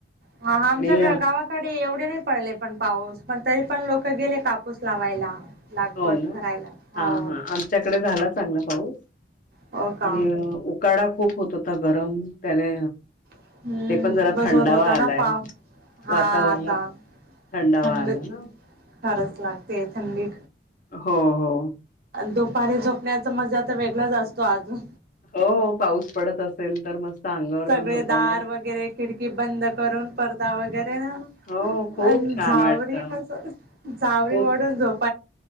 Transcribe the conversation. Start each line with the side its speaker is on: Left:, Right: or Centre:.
Right: हा आमच्या
Left: आणि
Right: गावाकडे एवढे नाही पडले पण पाऊस पण तरी पण लोक गेले कापूस लावायला लागबड
Left: हो ना.
Right: करायला हो
Left: हा हा आमच्याकडे झाला चांगला पाऊस.
Right: हो का
Left: आणि उकाडा खूप होत होता गरम त्याने
Right: हम्म
Left: ते पण जरा
Right: खूपच
Left: थंडावा
Right: होत होता
Left: आलाय
Right: ना पाव हा
Left: वातावरणात
Right: आता
Left: थंडावा
Right: थंड
Left: आला ना
Right: फारच लागते थंडी
Left: हो हो
Right: दुपारी झोपण्याचा मजा आता वेगळच असतो अजून
Left: हो पाऊस पडत असेल तर मस्त अंगावर
Right: सगळे
Left: घेऊन झोपायला
Right: दार वगैरे खिडकी बंद करून पडदा वगैरे ना
Left: हो खूप
Right: झावर
Left: छान वाटतं
Right: झावर
Left: खूप
Right: वाढून झोप